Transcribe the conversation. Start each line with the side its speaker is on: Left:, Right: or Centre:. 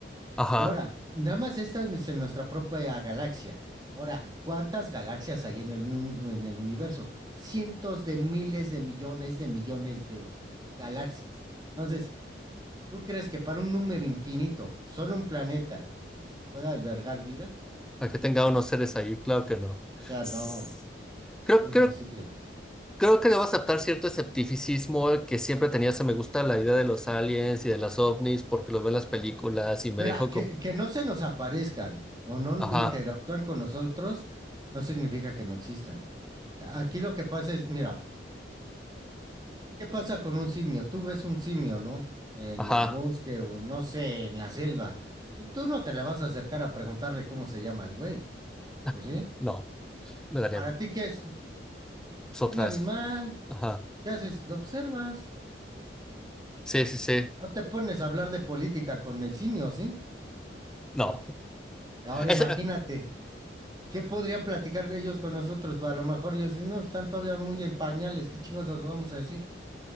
Centre: ajá.
Right: Y Ahora, nada más esta es en nuestra propia galaxia. Ahora, ¿cuántas galaxias hay en el, uni- en el universo? Cientos de miles de millones de millones de galaxias. Entonces, ¿tú crees que para un número infinito, solo un planeta pueda albergar vida?
Centre: A que tenga unos seres ahí, claro que no.
Right: O sea,
Centre: S-
Right: no.
Centre: Creo,
Right: Imposible.
Centre: creo Creo que debo aceptar cierto esceptificismo que siempre tenía. Se me gusta la idea de los aliens y de las ovnis porque lo veo en las películas y me
Right: Mira,
Centre: dejo
Right: que,
Centre: como,
Right: que no se nos aparezcan o no
Centre: ajá,
Right: interactúan con nosotros no significa que no existan. Aquí lo que pasa es, mira, ¿qué pasa con un simio? Tú ves un simio, ¿no? En
Centre: ajá,
Right: el bosque o no sé, en la selva. Tú, tú no te le vas a acercar a preguntarle cómo se llama el güey,
Centre: <laughs>
Right: ¿o sí?
Centre: no, me darían
Right: ¿Para ti qué es?
Centre: otras,
Right: Es un animal.
Centre: ajá,
Right: ¿Qué haces? Lo observas.
Centre: sí, sí, sí,
Right: No te pones a hablar de política con el simio, ¿sí?
Centre: no,
Right: Ahora
Centre: <laughs> Es-
Right: imagínate. ¿Qué podrían platicar ellos con nosotros? A lo mejor ellos si no, están todavía muy en pañales, ¿qué chingos nos vamos a decir?